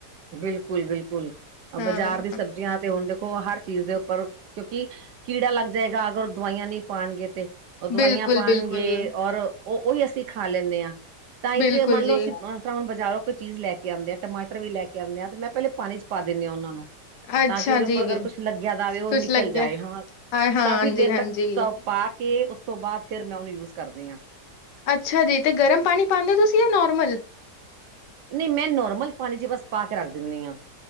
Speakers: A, on the right (about 70°); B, on the left (about 80°).
A: ਬਿਲਕੁਲ -ਬਿਲਕੁਲ
B: ਹਾਂ,
A: ਬਾਜ਼ਾਰ ਦੀ ਸਬਜ਼ੀਆਂ ਤੇ ਹੁਣ ਦੇਖੋ। ਹਰ ਚੀਜ਼ ਦੇ ਉੱਪਰ ਕਿਉਂਕਿ ਕੀੜਾ ਲੱਗ ਜਾਏਗਾ। ਅਗਰ ਉਹ ਦਵਾਈਆਂ ਨਹੀਂ ਪਾਉਣਗੇ ਤੇ ਉਹ ਦਵਾਈਆਂ
B: ਬਿਲਕੁਲ,
A: ਪਾਉਣਗੇ।
B: ਬਿਲਕੁਲ,
A: ਔਰ ਉਹ ਉਹੀ ਅਸੀਂ ਖਾ ਲੈਂਦੇ ਹਾਂ। ਤਾਂ ਇ
B: ਬਿਲਕੁਲ
A: ਤੇ ਮੰਨ ਲਓ
B: ਜੀ।
A: ਅਸੀਂ ਤਾਂ ਹੁਣ ਬਾਜ਼ਾਰੋਂ ਕੋਈ ਚੀਜ਼ ਲੈ ਕੇ ਆਉਦੇ ਆ ਟਮਾਟਰ ਵੀ ਲੈ ਕੇ ਆਉਦੇ ਆ ਤੇ ਮੈਂ ਪਹਿਲੇ ਪਾਣੀ ਚ ਪਾ ਦਿੰਦੀ ਹਾਂ ਉਹਨਾਂ ਨੂੰ।
B: ਅੱਛਾ
A: ਤਾਂ ਕਿ ਉਹਦੇ ਉੱਪਰ
B: ਜੀ,
A: ਅਗਰ ਕੁਛ ਲੱਗਿਆ ਦਾਵੇ। ਉਹ
B: ਕੁਛ
A: ਨਿਕਲ
B: ਲੱਗਿਆ
A: ਜਾਏ ਹਾਂ।
B: ਅ ਹਾਂ
A: ਕਾਫ਼ੀ
B: ਜੀ,
A: ਦੇਰ
B: ਹਾਂ
A: ਤੱਕ
B: ਜੀ।
A: ਪਾ ਕੇ। ਉਸ ਤੋਂ ਬਾਅਦ ਫਿਰ ਮੈਂ ਉਹਨੂੰ ਯੂਜ ਕਰਦੀ ਹਾਂ।
B: ਅੱਛਾ ਜੀ। ਤੇ ਗਰਮ ਪਾਣੀ ਪਾਉਂਦੇ ਹੋ ਤੁਸੀਂ। ਜਾਂ ਨੋਰਮਲ
A: ਨਹੀਂ। ਮੈਂ ਨੋਰਮਲ ਪਾਣੀ ਚ ਬਸ ਪਾ ਕੇ ਰੱਖ ਦਿੰਦੀ ਹਾਂ।